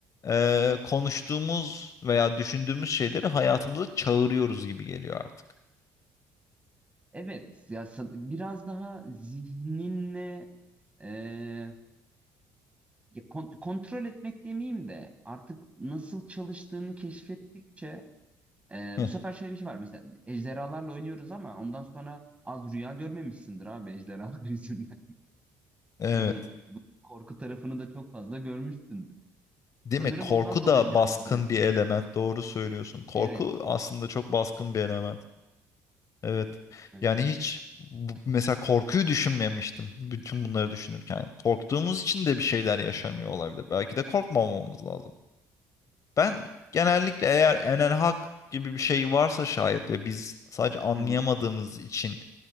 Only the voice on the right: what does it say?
Evet ya sa- biraz daha zihninle e, ya kon- kontrol etmek demeyeyim de artık nasıl çalıştığını keşfettikçe e,
bu sefer şöyle bir şey var mesela ejderhalarla oynuyoruz ama ondan sonra az rüya görmemişsindir abi ejderhalar <laughs> yüzünden.
Hani bu korku tarafını da çok fazla görmüşsündür.
Sanırım
ondan dolayı
biraz
bırakıyoruz.
Evet.
Hı
hı